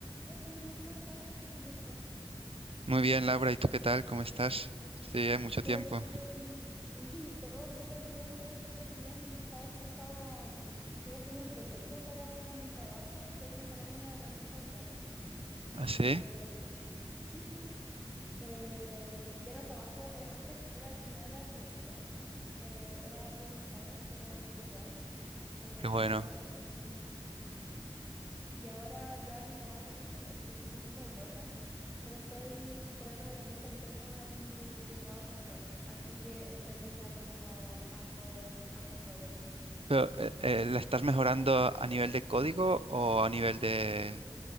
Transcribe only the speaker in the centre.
Edwin, ¿cómo estás? Tanto tiempo.
Todo
súper. Sí, <laughs> todo súper bien, todo súper bien. Sabes que estaba, mm, estoy haciendo un proyecto para mi trabajo, estoy mejorando una herramienta interna.
Eh, mm, sí, sí, eh, ya no trabajo, era- antes era diseñadora de productos, eh, era product designer como UX UI, eh,
y ahora mm, Y ahora ya no trabajo en eso porque sufrí como un burnout, pero estoy mejorando una herramienta interna de mi, de mi trabajo actual. Así que estoy mezclando como ambos, ambos roles.